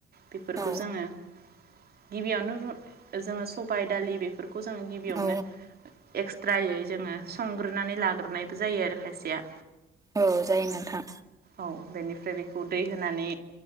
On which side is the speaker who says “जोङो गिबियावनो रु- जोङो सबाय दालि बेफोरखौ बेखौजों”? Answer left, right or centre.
Right